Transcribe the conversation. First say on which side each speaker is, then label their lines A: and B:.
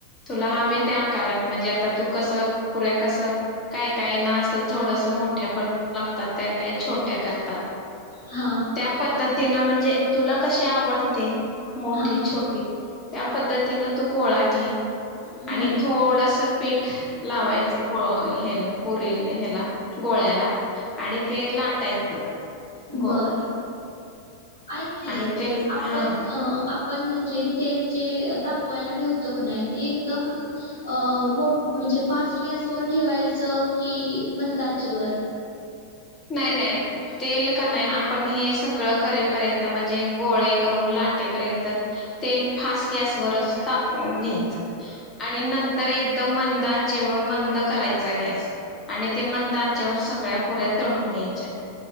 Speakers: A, on the left; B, on the left.
A: तुला हवी
B: हा
A: त्या आकारात म्हणजे आता तू कसं पुऱ्या कसं काय काय ना असं थोडस मोठ्या पण लागतात. काय काय छोट्या करतात
B: हा
A: त्या पद्धतीनं म्हणजे तुला कशी आवडते. मोठी
B: हा
A: छोटी त्या पद्धतीनं तू गोळा घे
B: हम्म
A: आणि थोडस पीठ लावायचंपुरी ह्याला गोळ्याला आणि ते लाटायचं. गो
B: बर ऐक की
A: आणि तेल
B: आपण
A: हा
B: पण म्हणजे तेल जे तापवायला ठेवत का नाही ते एकदम अ मो म्हणजे फास्ट गॅसवर ठेवायचं कि मंद आचेवर
A: नाही नाही तेल का नाही आपण हे सगळं करेपर्यंत म्हणजे गोळे करून लाटेपर्यंत तेल फास्ट गॅसवरच तापून घ्यायचं. आणि नंतर एकदम मंद आचेवर मंद करायचा. गॅस आणि ते मंद आच्यावर सगळ्या पुऱ्या तळून घ्यायच्या.